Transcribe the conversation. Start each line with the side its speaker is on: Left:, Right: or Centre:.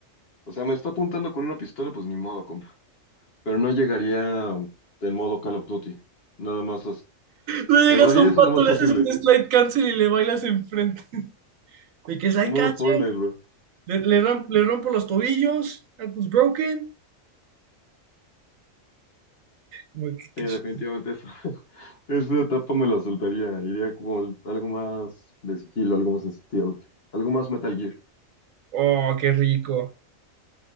Left: O sea, me está apuntando con una pistola, pues ni modo, pero no llegaría en modo Call of Duty. Nada más as-
Right: Le llegas
Left: evadir
Right: a un
Left: eso
Right: pato,
Left: lo más
Right: le
Left: posible.
Right: haces un slide cancel y le bailas enfrente. De que slide
Left: En modo
Right: cancel,
Left: Fortnite, bro.
Right: le, le rom- le rompo los tobillos, ankles broken. Como que- que
Left: Sí, definitivamente
Right: ch-
Left: eso. <laughs> Esa etapa me la saltaría. Iría como el- algo más de sigilo, algo más stealth, algo más Metal Gear.
Right: Oh, qué rico.